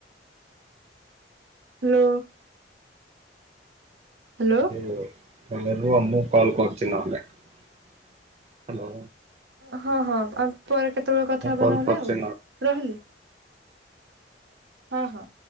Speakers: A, on the right (about 80°); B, on the right (about 35°).
A: ନ। ହ୍ୟାଲୋ।
B: <unintelligible> ଭଲରେ ରୁହ ମୁଁ କଲ୍ କରୁଚି ନହେଲେ ହାଲୋ।
A: ହଁ ହଁ ଆମ ପରେ କେତବେଳେ କଥା ହେବା
B: କଲ୍
A: ନହେଲେ
B: କରୁଛି
A: ଆଉ ରହିଲି ହଁ ହଁ।